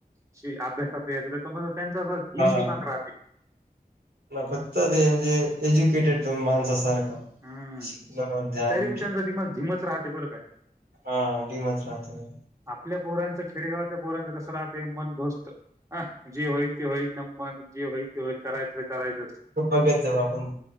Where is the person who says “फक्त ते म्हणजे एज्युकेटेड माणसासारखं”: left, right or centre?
Right